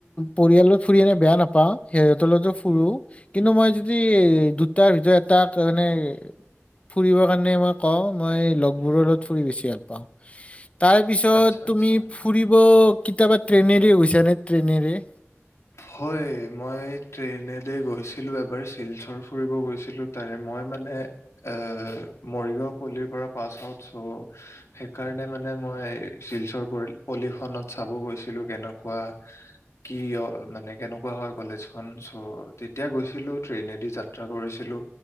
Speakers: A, on the left (about 25°); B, on the left (about 80°).
A: পৰিয়ালত ফুৰি এনে বেয়া নাপাওঁ পাওঁ সিহঁতৰ লগতো ফুুৰো কিন্তু মই যদি দুটাৰ ভিতৰত এটা মানে ফুৰিব কাৰণে মই কওঁ মই লগবোৰৰ লগত ফুৰি বেছি ভাল পাওঁ তাৰ পিছত
B: আচ্ছা আচ্ছা
A: তুমি ফুৰিব কেতিয়াবা ট্ৰেইনেদি গৈছা নে ট্ৰেইনেৰে
B: হয় মই ট্ৰেইনেদি গৈছিলো এবাৰ শিলচৰ ফুৰিব গৈছিলো তাৰে মই মানে এ মৰিগাঁও পল্লিৰ পৰা পাছ আউট চ' সেইকাৰণে মানে মই শিলচৰ প পল্লিখনত চাব গৈছিলো কেনেকুৱা কি অ মানে কেনেকুৱা হয় কলেজখন চ' তেতিয়া গৈছিলো ট্ৰেইনেদি যাত্ৰা কৰিছিলো